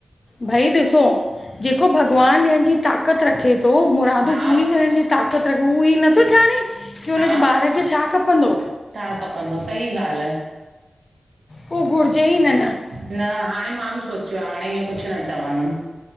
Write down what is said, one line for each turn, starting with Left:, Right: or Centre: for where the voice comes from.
Left: भाई ॾिसो, जेको भॻवान ॾियन जी ताक़त ताक़त रखे थो, मुरादूं
Right: हा
Left: पूरी करण जी ताक़त रखे, उह ई नथो ॼाणे की हुनजे
Right: हा
Left: ॿार खे छा खपंदो।
Right: छा खपंदो सही ॻाल्ह आहे।
Left: पोइ घुरजे ई न न।
Right: न हाणे मां बी सोचियो आह, हाणे इह कुछ न चवंदम।